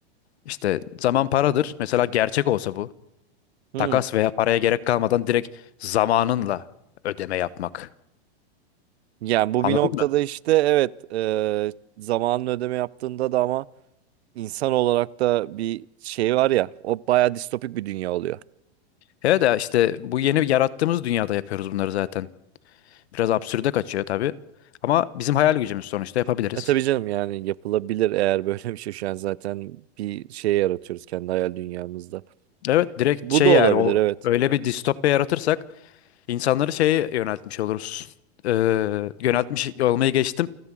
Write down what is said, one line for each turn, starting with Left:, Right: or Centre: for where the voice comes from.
Left: İşte zaman paradır. Mesela gerçek olsa bu
Right: Hmm.
Left: takas veya paraya gerek kalmadan direkt zamanınla ödeme yapmak.
Right: Yani bu
Left: Anladın
Right: bir noktada
Left: mı?
Right: işte evet e, zamanın ödeme yaptığında da ama insan olarak da bir şey var ya o baya distopik bir dünya oluyor.
Left: Evet ya işte bu yeni yarattığımız dünyada yapıyoruz bunları zaten. Biraz absürde kaçıyor tabii. Ama bizim hayal gücümüz sonuçta yapabiliriz.
Right: E tabii canım yani yapılabilir eğer böyle bir şey şu an zaten bir şey yaratıyoruz kendi hayal dünyamızda.
Left: Evet direkt
Right: Bu
Left: şey
Right: da olabilir
Left: yani o
Right: evet.
Left: öyle bir distopya yaratırsak insanları şeye yöneltmiş oluruz. Ee, yöneltmiş olmayı geçtim.